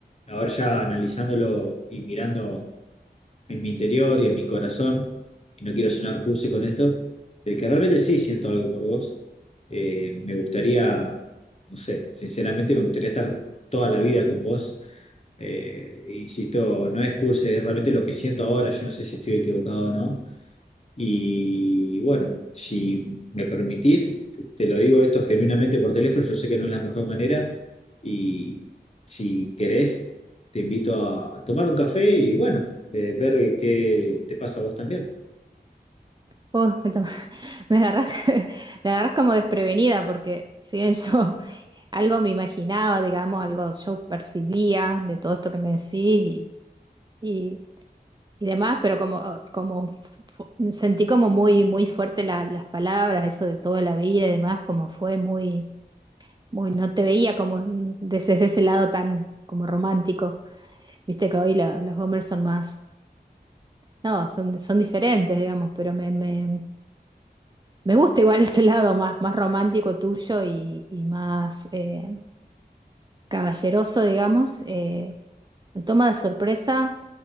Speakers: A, on the left; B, on the right.
A: ahora ya analizándolo y mirando en mi interior y en mi corazón, y no quiero sonar cursi con esto, de que realmente sí siento algo por vos. Eh, me gustaría, no sé, sinceramente me gustaría estar toda la vida con vos. Eh, insisto, no es cursi, es realmente lo que siento ahora. Yo no sé si estoy equivocado o no, y bueno, si me permitís, te, te lo digo esto genuinamente por teléfono, yo sé que no es la mejor manera y si querés, te invito a, a tomar un café y bueno, eh, ver qué te pasa a vos también.
B: Uh, me, to- <laughs> me agarras, <laughs> me agarras como desprevenida, porque si bien yo <laughs> algo me imaginaba, digamos, algo yo percibía de todo esto que me decís, y, y demás, pero como, oh, como fu- sentí como muy, muy fuerte la- las palabras, eso de toda la vida y demás, como fue muy, muy, no te veía como desde desde, ese lado tan como romántico. Viste que hoy la- los hombres son más, no, son, son diferentes, digamos, pero me, me, me gusta igual <laughs> ese lado más, más romántico tuyo y, y más eh, caballeroso, digamos. eh, Me toma de sorpresa,